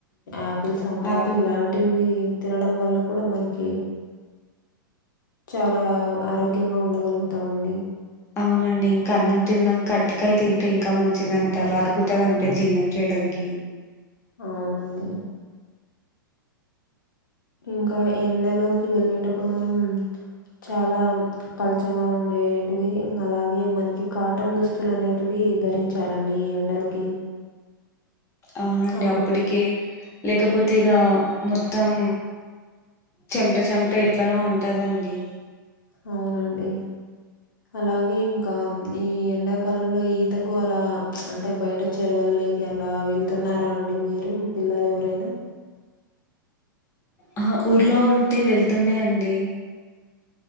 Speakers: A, on the left; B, on the left.
A: ఆపిల్స్ అంట
B: ఆపిల్
A: ఇలాంటివి
B: హ్మ్.
A: తినడం వల్ల కూడా మనకి చాలా ఆరోగ్యంగా ఉండగలుగుతామండి
B: అవునండి ఇంక అన్నం తిన్నాక అట్టికాయ తింటే ఇంకా మంచిది అంటారు అరుగుతది అంటే జీర్ణం చేయడానికి
A: అవునండి ఇంకా ఎండలోకి వెళ్ళేటప్పుడు మనం చాలా పలుచగా ఉండేటివి అలాగే మనకి కాటన్ దుస్తుల నేటివి ధరించ్ చాలండి ఈ ఎండలకి
B: అవునండి
A: అప్పుడు
B: అప్పడికే లేకపోతే ఇగా మొత్తం చెమట చెమట ఎట్లానే ఉంటదండి
A: అవునండి అలాగే ఇంకాం ఈ ఎండాకాలంలో ఈతకు అలా అంటే బయట చెరువుల్లోకి అలా వెళ్తున్నారా అండి మీరు మీ పిల్లల్ ఎవరైనా
B: అహ్ ఊర్లో ఉంటే వెళ్తుండే అండి